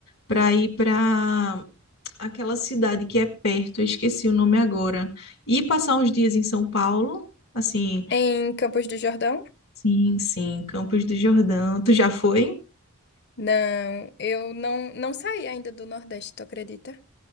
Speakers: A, on the left (about 70°); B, on the left (about 50°).
A: para ir para aquela cidade que é perto, eu esqueci o nome agora, e passar uns dias em São Paulo, assim,
B: Em Campos do Jordão?
A: sim, sim, Campos do Jordão. Tu já foi?
B: Não, eu não, não saí ainda do Nordeste, tu acredita?